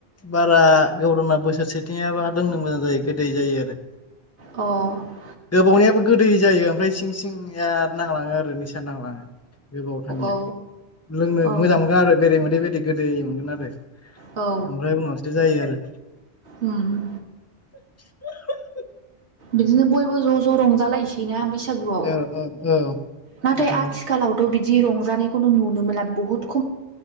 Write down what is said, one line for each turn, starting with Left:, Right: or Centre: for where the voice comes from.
Left: बारा गोरना बोसोरसेथियाबा लोंनो मोजां जायो आरो गोदै जायो आरो।
Right: अ औ
Left: गोबावनायाबो गोदै जायो ओमफ्राय सिं सिंया नांलाङो आरो निसा नांलाङो गोबावथारनिया।
Right: औ
Left: लोंनो
Right: औ
Left: मोजां मोनगोन आरो बेरे मोदै बायदि गोदै मोनगोन आरो।
Right: औ
Left: ओमफ्राय उनावसो जायो आरो
Right: उम
Left: <unintelligible>
Right: बिदिनो बयबो ज' ज' रंजालायसैना बैस सागुआव
Left: औ औ औ
Right: नाथाय
Left: बिदिनो
Right: आथिखालावथ बिदि रंजानायखौनो नुनो मोनला बुहुत